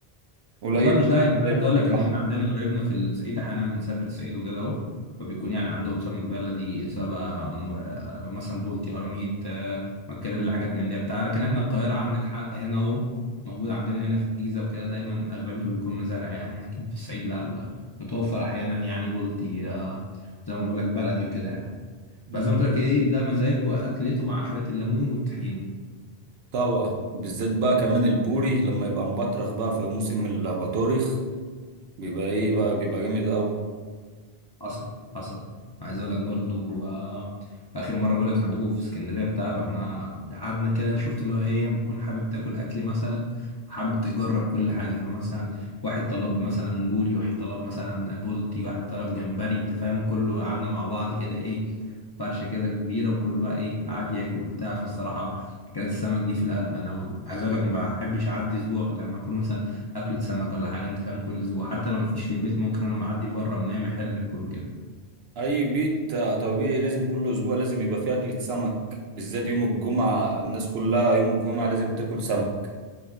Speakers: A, on the right; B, on the left.
A: قليل
B: والله مش
A: أوي
B: داعي
A: ما
B: انا
A: تلاقي
B: عايز
A: بولتي
B: اقول لك
A: بحر
B: ان احنا عندنا قرايبنا في الصعيد احيانا بنسافر الصعيد وكده اهو فبيكون يعني عندهم سمك بلدي سواء بقى م- آه، مثلا بولتي قراميط آه، مكاريلي حاجات من دي بتاع لكن احنا القاهره عندك حق هنا اهو موجود عندنا هنا في الجيزه وكده دايما اغلبيته بيكون مزارع يعني لكن في الصعيد لا بقى متوفر احيانا يعني بولتي آه، زي ما بقول لك بلدي وكده يعني
A: مم.
B: بس زي ما قلت لك ايه ده مزاجه واكلته مع شويه الليمون والطحينه
A: طبعا بالذات بقى كمان البوري لما يبقى مبطرخ بقى في موسم الأباطورخ بيبقى إيه بقى بيبقى جامد أوي
B: حصل حصل عايز اقول لك برضو آه، اخر مره بقول لك عندكم في اسكندريه بتاع رحنا قعدنا كده شفت اللي هو ايه لما تكون حابب تاكل اكل مثلا حابب تجرب كل حاجه فمثلا واحد طلب مثلا بوري واحد طلب مثلا بولتي واحد طلب جمبري انت فاهم كله قعدنا مع بعض كده ايه فرشه كده كبيره وكله بقى ايه قعد ياكل وبتاع فالصراحه اكلات السمك دي في القلب انا عايز اقول لك ما بحبش اعدي اسبوع غير لما اكون مثلا اكلة سمك ولا حاجة انت فاهم كل اسبوع حتى لو مفيش في البيت ممكن انا معدي بره من اي محل اكله كده
A: اي بيت طبيعي لازم كل اسبوع لازم يبقى فيه اكلة سمك بالذات يوم الجمعة الناس كلها يوم الجمعة لازم تاكل سمك